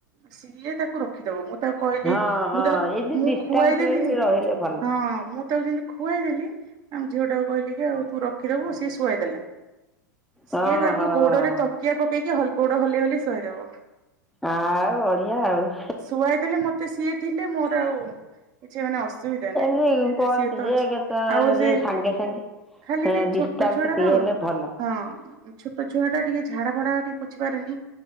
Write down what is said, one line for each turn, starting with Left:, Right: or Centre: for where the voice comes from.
Right: ସିଏ ତାକୁ ରଖିଦବ ମୁଁ ତାକୁ। କହିଲି
Centre: ହଁ ହଁ
Right: ମୁଁ ତାକୁ
Centre: ଏମିତି
Right: ମୁଁ
Centre: ଡିଷ୍ଟାନ୍ସରେ
Right: ଖୁଆଇଦେଲି
Centre: ବି
Right: ଯେମତି
Centre: ରହିଲେ ଭଲ
Right: ହଁ ମୁଁ ତାକୁ ଯେମତି। ଖୁଆଇଦେଲି ଆମ ଝିଅଟାକୁ କହିଲି କି ଆଉ ତୁ ରଖିଦବୁ ସିଏ ଶୁଆଇଦେଲା। ସିଏ
Centre: ହଁ
Right: ତାକୁ
Centre: ହଁ
Right: ଗୋଡରେ ତକିଆ ପକେଇକି ହଲ ଗୋଡ ହଲେଇ ହଲେଇ ଶୁଆଇଦେବ।
Centre: ଆ ଆଉ ଭଡିିଆ ଆଉ।
Right: ଶୁଆଇ ଦେଲେ ମତେ ସିଏ ଥିଲେ ମୋର ଆଉ କିଛି ମାନେ ଅସୁବିଧା। ଚିନ୍ତା
Centre: ଏମିତି
Right: ନାଇଁ
Centre: କୁହନ୍ତି
Right: ସିଏ ତ
Centre: ଯେ
Right: ଅଛି
Centre: କେତେ
Right: ଆଉ ସେ।
Centre: ଯେ ସାଙ୍ଗେ ସାଙ୍ଗେ
Right: ଖାଲି ଟିକେ
Centre: ଡିଷ୍ଟାନ୍ସ
Right: ଛୋଟ ଛୁଆଟା
Centre: ଟିକେ
Right: ତ ହଁ।
Centre: ହେଲେ ଭଲ
Right: ଛୋଟ ଛୁଆଟା ଟିକେ ଝାଡା ଫାଡା ଟିକେ ପେଛି ପାରେନି